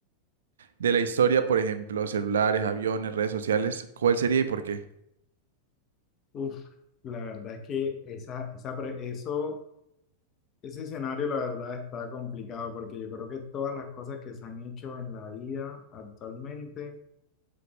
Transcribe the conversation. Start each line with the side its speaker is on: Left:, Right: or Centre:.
Right: de la historia, por ejemplo, celulares, aviones, redes sociales, ¿cuál sería y por qué?
Left: Uf, la verdad es que esa, esa, pre- eso... Ese escenario, la verdad, está complicado porque yo creo que todas las cosas que se han hecho en la IA actualmente